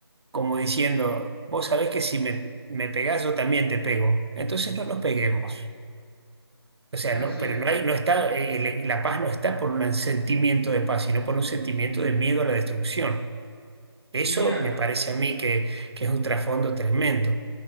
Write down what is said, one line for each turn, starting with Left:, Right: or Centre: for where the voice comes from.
Right: como diciendo, vos sabés que si me, me pegás, yo también te pego. Entonces no nos peguemos. O sea,
Left: es así.
Right: no, pero no hay, no está, eh, el- la paz no está por un sentimiento de paz, sino por un sentimiento de miedo a la destrucción. Eso
Left: Mira,
Right: me parece a mí que, que es un trasfondo tremendo.